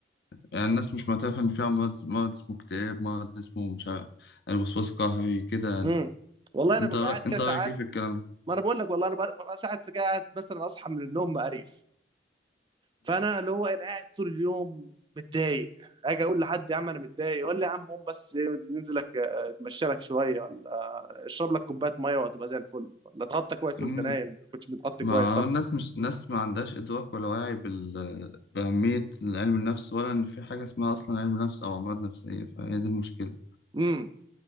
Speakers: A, on the left; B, on the right.
A: يعني الناس مش معترفه ان فيها مرض مرض اسمه اكتئاب مرض اسمه مش عارف الوسواس القهري كده يعني
B: امم والله انا
A: انت
B: ببقى
A: رأ-
B: قاعد كده
A: انت
B: ساعات
A: رايك ايه في الكلام ده؟
B: ما انا بقول لك والله انا ببقى ببقى ساعات قاعد مثلا اصحى من النوم مقريف فانا اللي هو انا قاعد طول اليوم متضايق اجي اقول لحد يا عم انا متضايق يقول لي يا عم قوم بس إيه، ننزل لك آه، اتمشى لك شويه اشرب لك كوبايه ميه وهتبقى زي الفل ولا اتغطى كويس
A: مم.
B: وانت نايم ما كنتش متغطي
A: ما
B: كويس طب
A: الناس مش ناس ما عندهاش إدراك ولا وعي بال... بأهمية علم النفس ولا إن في حاجة اسمها أصلا علم نفس أو أمراض نفسية فهي دي المشكلة
B: امم